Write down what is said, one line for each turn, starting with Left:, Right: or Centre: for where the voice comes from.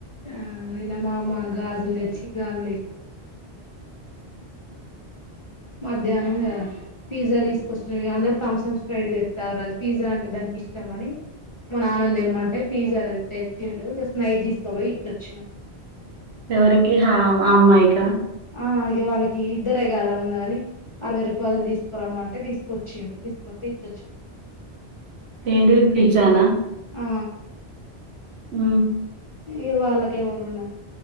Left: ఆ నిన్న మామ గాజులు తెచ్చి గాజులు వేసి మధ్యాహ్నంంగా పిజ్జా తీసుకొచ్చి అందరుూ థాంసంప్ స్ఫ్రైట్ తెత్తారు అది పిజ్జా అంటే దానికి ఇష్టం అని మ నాన్నని దెమ్మంటె పీజ్జ దెచ్చిండు జస్ట్ నైట్ తీసుకోపోయి ఇచ్చొచ్చినాం
Right: ఎవరికి హ అమ్మా యిక
Left: ఆ అగే వాళ్ళకి ఇద్దరే కదా ఉందా ని అరవై రూపాయలు తీసుకురమ్మంటే తీసుకొచ్చిడి తీసుకొస్తతే ఇచ్చొచ్చి
Right: ఏంటిది ఫిజ్జనా
Left: ఆ
Right: ఆ
Left: ఇ వాళ్ళకి ఎవరు ఉన్నారు